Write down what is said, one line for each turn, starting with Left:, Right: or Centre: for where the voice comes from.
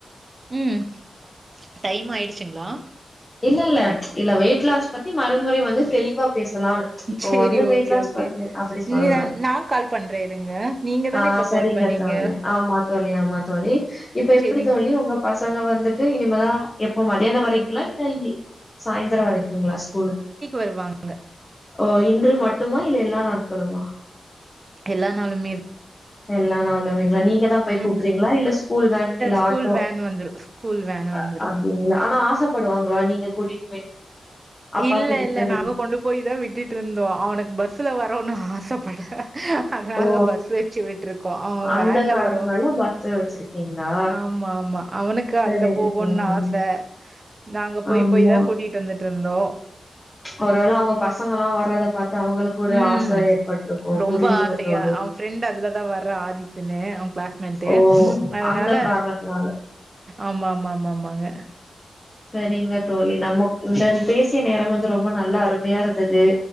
Right: ம் டைம் ஆயிடுச்சிங்ளா
Left: இல்ல இல்ல இல்ல வெயிட் லாஸ் பத்தி மறுமுறை வந்து தெளிவா பேசலான்னு இப்போ
Right: சரி
Left: வந்து வெயிட்
Right: ஓகே,
Left: லாஸ்
Right: ஓகே.
Left: பாட்டு அப்டி சொல்ற
Right: ந நான் கால் பண்றேன் இருங்க. நீங்க தானே
Left: ஆ
Right: இப்ப
Left: சரிங்க
Right: கால் பண்ணீங்க.
Left: தோழி ஆமா தோழி ஆமா தோழி இப்ப எப்டி
Right: சரி.
Left: தோழி உங்கப் பசங்க வந்துட்டு இனிமே தா எப்போ வரைங்க்ளா இல்ல இது சாயந்தர வரை க்கிங்ளா ஸ்கூல்லு
Right: வருவாங்க.
Left: ஓ இன்று மட்டுமா எல்லா நாட்களுமா
Right: எல்லா நாளுமே
Left: எல்லா நாளுமேங்ளா நீங்க தா போய்
Right: ம்.
Left: கூப்டிறீங்ளா இல்ல ஸ்கூல் வேன் இல்ல
Right: ஸ்கூல்
Left: ஆட்டோ
Right: வேன் வந்துரும். ஸ்கூல் வேன்
Left: அ
Right: வந்துரும்.
Left: அப்டிங்ளா ஆனா ஆசப்ப டுவாங்களா நீங்க கூட்டிட்டு அப்பா
Right: இல்ல
Left: கூட்டிட்டு
Right: இல்ல
Left: போய்
Right: நாங்க
Left: விட்
Right: கொண்டு போய் தா விட்டுட் ருந்தோ ஆ அவனுக்கு பஸ்ல வரன்னு ஆசைப்பட அதனாலா
Left: ஓ
Right: பஸ் வச்சு விட்டு இருக்கோ அவங்க
Left: அந்த
Right: வேன்ல
Left: காரணத்னால
Right: வரு
Left: பஸ் வச்சிருக்கீங்களா
Right: ஆமா ஆமா அவனுக்கு
Left: சரிங்க
Right: அதுல போகுன்னு
Left: தோழி
Right: ஆச நாங்க போய்
Left: ஆமா
Right: போய் தா கூட்டிட்டு வந்துட்டு இருந்தோ
Left: <inaudible> ஒருவேள அவங்க பசங்க எல்லா வர்றத பாத்து அவங்களுக்கு ஒரு
Right: ம்.
Left: ஆச ஏற்பட்டிருக்கு
Right: ரொம்ப
Left: புரியுதுங்க
Right: ஆசையா.
Left: தோழி
Right: அவன் ஃப்ரெண்ட் அதுலதா வரா ஆதித்தன்னு அவ கிளாஸ்மேட்டு
Left: ஓ
Right: அதனால
Left: அந்த காரணத்தினால
Right: ஆமா ஆமா ஆமா ஆமாங்க
Left: சரிங்க தோழி நம்ம இந்த பேசிய நேரம் வந்து ரொம்ப நல்லா அருமையா இருந்தது